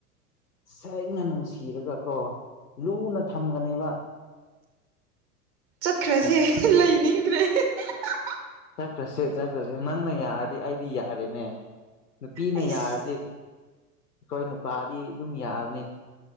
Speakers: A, on the left; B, on the right.
A: ꯁꯦꯡꯅ ꯅꯨꯡꯁꯤꯔꯒ ꯀꯣ ꯂꯨꯅ ꯊꯝꯒꯅꯤꯕ
B: ꯆꯠꯈ꯭ꯔꯁꯤ ꯂꯩꯅꯤꯡꯈ꯭ꯔꯦ ꯍꯦ ꯍꯤ ꯍꯤ
A: ꯆꯠꯁꯦ ꯆꯠꯈ꯭ꯔꯁꯦ ꯅꯪꯅ ꯌꯥꯔꯗꯤ ꯑꯩꯗꯤ ꯌꯥꯔꯦꯅꯦ ꯅꯨꯄꯤꯅ
B: ꯑꯩꯁ
A: ꯌꯥꯔꯗꯤ ꯑꯩꯈꯣꯏ ꯅꯨꯄꯥꯗꯤ ꯑꯗꯨꯝ ꯌꯥꯕꯅꯤ